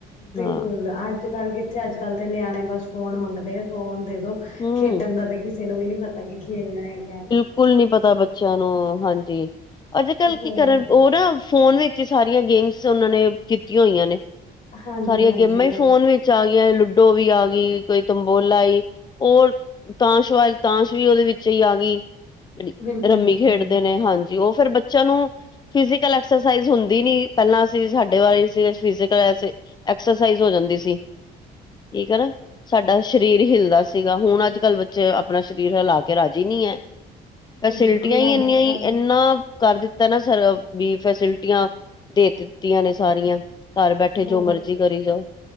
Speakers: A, on the left; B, on the left.
A: ਬਿਲਕੁਲ
B: ਹਾਂ।
A: ਅੱਜ ਕੱਲ ਕਿੱਥੇ ਅੱਜ ਕੱਲ ਤੇ ਨਿਆਣੇ ਬਸ ਫੋਨ ਮੰਗਦੇ ਨੇ ਫੋਨ ਦੇ ਦੋ
B: ਹੂੰ
A: ਖੇਡਣ ਦਾ ਕਿਸੇ ਨੂੰ ਵੀ ਨੀ ਪਤਾ ਕੀ ਖੇਲਣਾ ਹੈਗਾ
B: ਸਕੂਲ ਨੀ ਪਤਾ ਬੱਚਿਆਂ ਨੂੰ ਹਾਂਜੀ ਅੱਜ ਕੱਲ
A: ਫੋਨ
B: ਕੀ ਕਰਨ ਉਹ ਨਾ ਫੋਨ ਵਿੱਚ ਹੀ ਸਾਰੀਆਂ ਗੇਮਸ ਉਹਨਾਂ ਨੇ ਕੀਤੀਆਂ ਹੋਈਆਂ ਨੇ
A: ਹਾਂਜੀ
B: ਸਾਰੀਆਂ
A: ਹਾਂਜੀ
B: ਗੇਮਾਂ ਵੀ ਫੋਨ ਵਿੱ ਚ ਆ ਗਈ ਲੁਡੋ ਵੀ ਆ ਗਈ ਕੋਈ ਤੰਬੋਲਾ ਈ ਹੋਰ ਤਾਸ਼ ਤਾਸ਼ ਵੀ ਉਹਦੇ ਵਿੱਚ ਹੀ ਆ ਗਈ ਜਿ
A: ਬਿਲਕੁਲ
B: ਰਮੀ
A: ਜੀ,
B: ਖੇਡਦੇ ਨੇ ਹਾਂਜੀ ਉਹ ਫੇਰ ਬੱਚਿਆਂ ਨੂੰ ਫਿਜੀਕਲ ਐਕਸਰਸਾਈਜ਼ ਹੁੰਦੀ ਨੀ ਪਹਿਲਾਂ ਅਸੀਂ ਸਾਡੇ ਵਾਰੀ ਫਿ ਐਕਸਰਸਾਈਜ਼ ਹੋ ਜਾਂਦੀ ਸੀ।
A: ਹ
B: ਠੀਕ ਹੈ ਨਾ ਸਾਡਾ ਸਰੀਰ ਹਿੱਿਲਦਾ ਸੀਗਾ ਹੁਣ ਅੱਜ ਕੱਲ੍ਹ ਬੱਚੇ ਆਪਣਾ ਸਰੀਰ ਹਿਲਾ ਕੇ ਰਾਜੀੀ ਨਹੀਂੀ ਹੈ ਫੈਸਿਲਿਟੀਆਂ
A: ਬਿਲਕੁਲ
B: ਹੀ
A: ਅੱਜ
B: ਇੰਨੀਆਂ ਹੀ
A: ਕੱਲ
B: ਇੰਨਾ ਕਰ ਦਿੱਤਾ ਨਾ ਸਰ ਵੀ ਫੈਸਿਲਿਟੀਆਂ ਦੇ ਦਿੱਤੀਆਂ ਨੇ ਸਾਰੀਆਂ ਘਰ ਬੈਠੇ
A: ਬਹੁਤ
B: ਜੋ ਮਰਜ਼ੀ ਕਰੀ ਜਾਓ